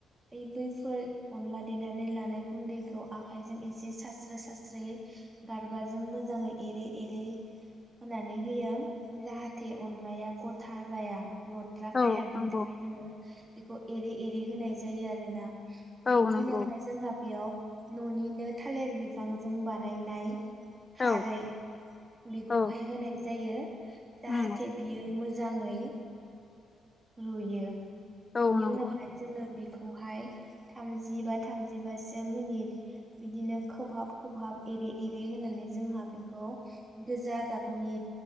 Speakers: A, on the right; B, on the left.
A: बे बैफोर अनला देनानै लानाय गुन्दैखौ आखाइजों एसे सास्रो सास्रोयै गारबाजों मोजाङै एरै एरै होननानै होयो जाहाथे अनलाया गथा साजाया लद्रा
B: औ
A: खाया बिनि
B: नंगौ
A: थाखाय जोङो बेखौ एरे एरे होनाय जायो आरोना
B: औ
A: बेनि
B: नंगौ
A: उनावहाय जोंहा बेयाव न'निनो थालिर बिफांजों बानायनाय
B: औ
A: खारै बेखौहाय
B: औ
A: होनाय जायो जाहाथे
B: उम
A: बियो मो जाङै रुयो
B: औ
A: बिनि
B: नंगौ
A: उनावहाय जोङो थामजि बा थामजिबासो मिनिद बिदिनो खोबहाब खोबहाब एरै एरै होननानै जों बे गोजा गाबनि